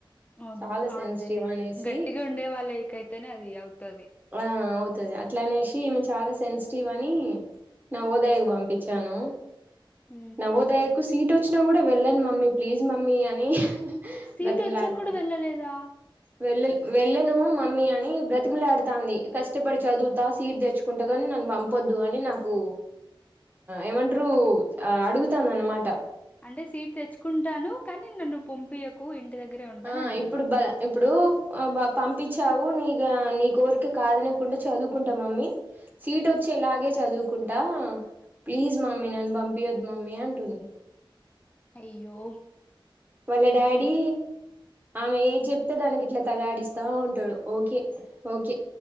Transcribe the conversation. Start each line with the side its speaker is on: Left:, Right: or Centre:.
Left: వద్
Right: చాలా సెన్సిటివ్
Left: అదేలే
Right: అనేసి
Left: గట్టిగా ఉండే వాళ్ళకైతేనే అది అవుతది
Right: ఆ అవుతది అట్లనేసి ఈమె చాలా సెన్సిటివ్ అని నవోదయకి పంపించాను
Left: ఊ
Right: నవోదయకు సీట్ వొచ్చిన కూడా వెళ్ళను మమ్మీ ప్లీజ్ మమ్మీ అని
Left: సీట్
Right: బ్రతిమిలాడుతా
Left: వచ్చాక కూడా వెళ్ళలేదా
Right: వెళ్ళ వెళ్ళను మమ్మీ అని బ్రతిమలాడతాంది కష్టపడి చదువుతా సీట్ తెచ్చు కుంటగానీ నన్ను పంపొద్దు అని నాకు ఏమంటారు అడుగుతాను అన్నమాట
Left: అంటే సీట్ తెచ్చుకుంటాను కానీ నన్ను పంపియకు ఇంటి దగ్గరే ఉంటను
Right: ఆ
Left: అంటుంది
Right: ఇప్పుడు బల ఇప్పుడు ప పంపించావు నిగ నీ కోరిక కాదనకుండా చదువుకుంటా మమ్మీ సీట్ వచ్చేలాగే చదువుకుంటా ప్లీజ్ మమ్మీ నన్ను పంపియొద్ మమ్మీ అంటుంది
Left: అయ్యో
Right: వాళ్ళ డాడీ ఆమె ఏ చెప్తే దానికి ఇట్లా తలాడిస్తా ఉంటాడు ఓకే ఓకే